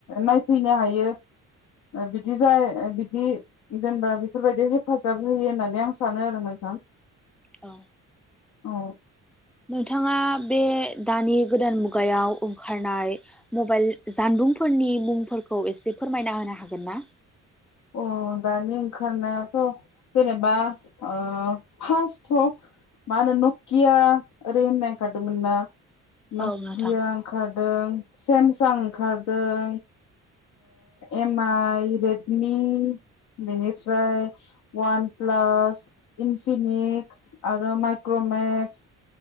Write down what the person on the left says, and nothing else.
नायफैनो हायो बिदि जाया बिदि जेनेबा बेफोरबायदि हेफाजाब होयो होननानै आं सानो आरो नोंथां।
औ
अ दानि ओंखारनायावथ' जेनेबा फार्स्टथ' मा होनो नकिया ओरै होननाय ओंखारदोंमोन ना। नकिया
ओंखारदों। सेमसां ओंखारदों एम आइ रेडमि बेनिफ्राय वान प्लास इनफिनिक्स आरो माइक्रमेक्स